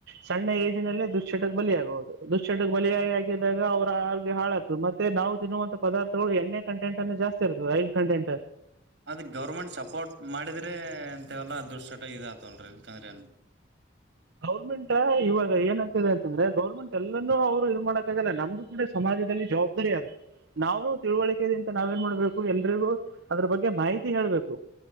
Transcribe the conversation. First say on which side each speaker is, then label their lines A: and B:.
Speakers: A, on the right; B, on the right.
A: ಸಣ್ಣ ಏಜಿನಲ್ಲಿ ದುಶ್ಚಟಕ್ಕೆ ಬಲಿ ಆಗಬಹುದು ದುಶ್ಚಟಕ್ಕೆ ಬಲಿಯ ಆಗಿದ್ದಾಗ ಅವರ ಆರೋಗ್ಯ ಹಾಳಗತ್ತ ಮತ್ತೆ ನಾವು ತಿನ್ನುವಂತ ಪದಾರ್ಥಗಳು ಎಣ್ಣೆ ಕಂಟೆಂಟ್ ಅನ್ನು ಜಾಸ್ತಿ ಇರ್ತದ ಆಯಿಲ್ ಕಂಟೆಂಟ್
B: ಅದು ಗೌರ್ಮೆಂಟ್ ಸಪೋರ್ಟ್ ಮಾಡಿದ ತೆ ಅಂತೆವಲ್ಲ ದುಶ್ಚಟ ರೆ ಇದ ಆತಲ್ರರಿ ಇಲ್ಕಂದ್ರೆ ಅಏನ್
A: ಗೌರ್ಮೆಂಟ್ ಇವಾಗ ಏನತದೆ ಅಂತಂದ್ರೆ ಗೌರ್ಮೆಂಟ್ ಎಲ್ಲಾನೂ ಅವ್ರು ಇದು ಮಾಡಕಾಗಲ್ಲ ನಮ್ದು ಕೂಡ ಸಮಾಜದಲ್ಲಿ ಜವಾಬ್ದಾರಿ ಅಲ್ಲ ನಾವ್ನು ತಿಳುವಳಿಕೆದ ಅಂತ ನಾವ ಏನ್ ಮಾಡ್ಬೇಕು ಎಲ್ರಿಗೂ ಅದ್ರ ಬಗ್ಗೆ ಮಾಹಿತಿ ಹೇಳ್ಬೇಕು